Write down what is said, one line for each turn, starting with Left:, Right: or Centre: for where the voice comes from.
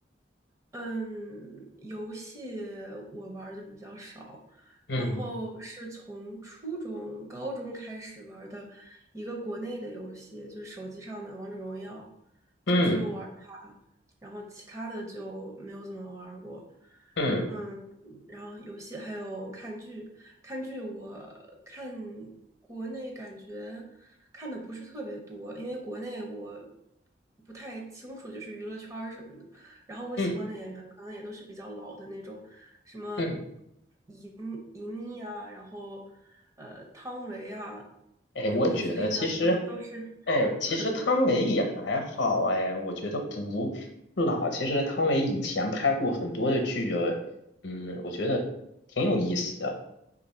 Right: 嗯，游戏我玩的比较少，
Left: 嗯
Right: 然后是从初中、高中开始玩的一个国内的游戏，就是手机上的《王者荣耀》。就只有玩它，
Left: 嗯
Right: 然后其他的就没有怎么玩儿过。
Left: 嗯。
Right: 嗯，然后游戏还有看剧，看剧我看国内感觉看的不是特别多，因为国内我不太清楚就是娱乐圈儿什么的。然后我喜欢的演员可能也都是比较老的那种，
Left: 嗯
Right: 什么
Left: 嗯，
Right: 银银妮啊，然后呃汤唯啊、
Left: 哎，
Right: 刘亦菲啊，
Left: 我觉得其实，
Right: 这种都是
Left: 哎，其实汤唯也还好，
Right: 很。
Left: 哎，我觉得不老。其实汤唯以前拍过很多的剧，嗯，我觉得挺有意思的。